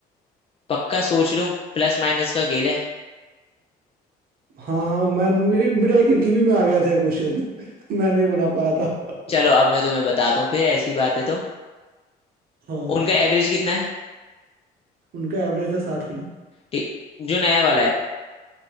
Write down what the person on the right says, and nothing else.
हाँ हाँ मैं मे, मेरे एक इंटरव्यू में आ गया था क्वेश्चन <laughs> मैं नहीं बना पाया था <laughs>
हाँ
उनका एवरेज है साठ किलो